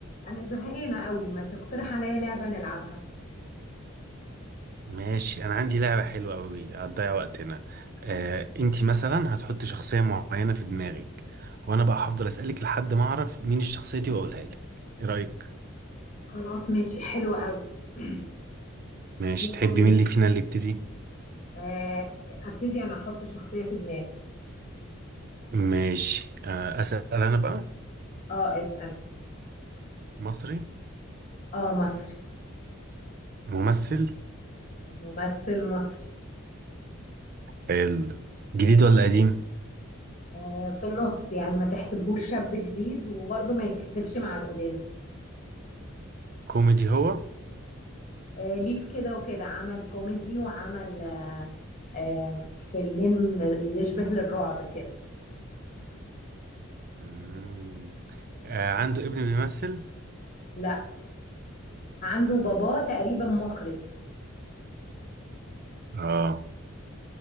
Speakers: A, on the left; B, on the right.
A: انا زهقانه قوي ما تقترح عليا لعبه نلعبها
B: ماشي انا عندي لعبة حلوة قوي هتضيع وقتنا آه، انتي مثلا هتحطي شخصية معينة في دماغك وانا بقى هفضل اسألك لحد ما اعرف مين الشخصية دي واقولها لك ايه رأيك
A: خلاص ماشي حلو قوي <clears throat>
B: ماشي
A: يلا
B: تحبي
A: بينا
B: مين اللي فينا اللي يبتدي
A: آه، ابتدي انا احط شخصيه في دماغي
B: ماشي آه، اسأل انا بقى
A: اه اسال
B: مصري
A: اه مصري
B: ممثل
A: ممثل مصري
B: حلو. جديد ولا قديم
A: آه، في النص يعني ما تحسبهوش شاب جديد وبرضه ما يتحسبش مع القدام
B: كوميدي هو
A: آه، ليه في كده وكده عمل كوميدي وعمل آه، آه، فيلمين يشبه للرعب كده
B: مم. آه، عنده ابن بيمثل
A: لا عنده باباه تقريبا مخرج
B: اه